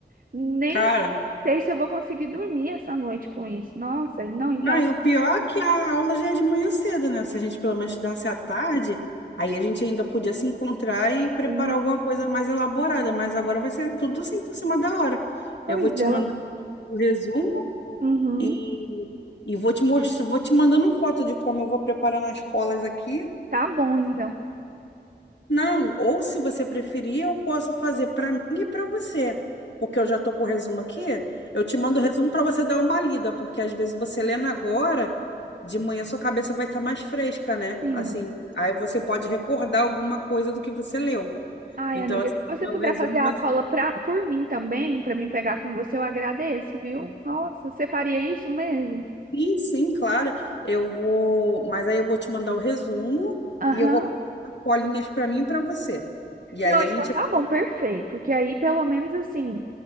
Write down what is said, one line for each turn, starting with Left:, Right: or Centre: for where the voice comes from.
Right: Nem
Left: Cara,
Right: sei se eu vou conseguir dormir essa noite com isso. Nossa, não, então,
Left: não, e o pior é que a aula já é de manhã cedo, né? Se a gente pelo menos estudasse à tarde, aí a gente ainda podia se encontrar e preparar
Right: sim.
Left: alguma coisa mais elaborada, mas agora vai ser tudo assim por cima da hora.
Right: Pois
Left: Eu vou te mandar
Right: ela.
Left: o resumo
Right: Uhum.
Left: e, e vou te mostrar, vou te mandando foto de como eu vou preparar nas colas aqui.
Right: Tá bom, então.
Left: Não, ou se você preferir, eu posso fazer para mim e para você, porque eu já estou com o resumo aqui. Eu te mando o resumo para você dar uma lida, porque às vezes você lendo agora, de manhã sua cabeça vai estar mais fresca, né?
Right: Sim.
Left: Assim, aí você pode recordar alguma coisa do que você leu.
Right: Ai,
Left: Então,
Right: amiga,
Left: assim,
Right: se você
Left: meu
Right: puder
Left: resumo
Right: fazer a
Left: vai ser.
Right: cola pra, por mim também, pra mim pegar com você, eu agradeço, viu? Nossa, você faria isso mesmo?
Left: Sim, sim, claro. Eu vou, mas aí eu vou te mandar o resumo
Right: Aham.
Left: e eu vou pegar colinhas para mim e para você. E
Right: Não,
Left: aí a
Right: então
Left: gente
Right: tá bom,
Left: vai
Right: perfeito. Que aí, pelo menos assim,